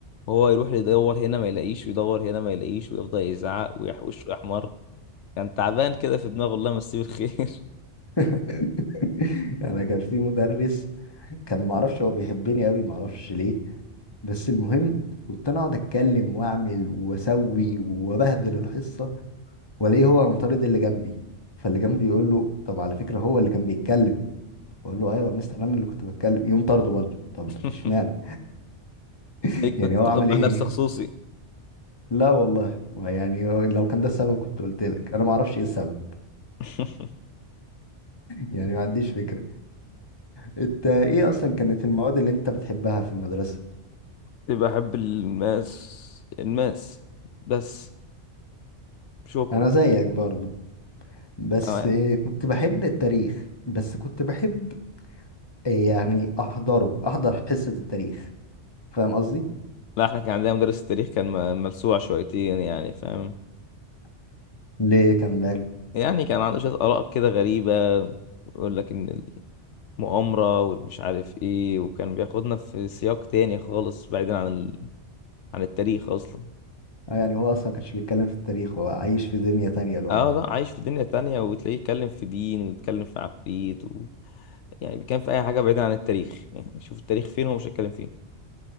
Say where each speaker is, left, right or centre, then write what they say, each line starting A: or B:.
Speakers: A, on the left (about 75°); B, on the left (about 20°).
A: وهو يروح يدور هنا ما يلاقيش ويدور هنا ما يلاقيش ويفضل يزعق ويحوش ويحمر كان تعبان كده في دماغه الله يمسيه بالخير
B: <laughs> انا كان في مدرس كان معرفش هو بيحبني قوي معرفش ليه بس المهم كنت انا اقعد اتكلم واعمل واسوي وابهدل الحصه والاقيه هو امطارد اللي جنبي فاللي جنبي يقول له طب على فكره هو اللي كان بيتكلم اقول له ايوه يا مستر انا اللي كنت بتكلم يقوم طرده برضه طب
A: <laughs>
B: اشمعنى <laughs>
A: إيه
B: يعني
A: كنت
B: هو
A: تاخد
B: عمل ايه
A: مع درس خصوصي
B: <laughs> لا والله يعني لو كان ده السبب كنت قلت لك انا ما اعرفش ايه السبب
A: <laughs>
B: يعني ما عنديش فكره انت ايه اصلا كانت المواد اللي انت بتحبها في المدرسه
A: كنت بحب الماس الماس بس شكرا
B: انا زيك برضو بس
A: تمام
B: كنت بحب التاريخ بس كنت بحب آه، يعني احضره احضر حصة التاريخ فاهم قصدي
A: لا احنا كان عندنا مدرس التاريخ كان م- ملسوع شويتين يعني فاهم
B: ليه كان باله
A: يعني كان عنده شوية آراء كده غريبة يقول لك إن المؤامرة والمش عارف إيه وكان بياخدنا في سياق تاني خالص بعيدا عن ال... عن التاريخ أصلا
B: آه يعني هو اصلا كانش بيتكلم في التاريخ هو عايش في دنيا تانية لوحده
A: اه لا عايش في دنيا تانية وتلاقيه يتكلم في دين ويتكلم في عفريت و... يعني بيتكلم في أي حاجة بعيدا عن التاريخ يعني شوف التاريخ فين هو مش هيتكلم فين